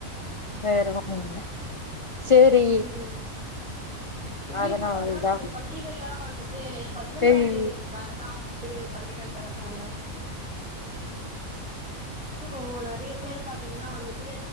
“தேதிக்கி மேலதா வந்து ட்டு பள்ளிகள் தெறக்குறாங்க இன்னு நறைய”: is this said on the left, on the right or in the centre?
Centre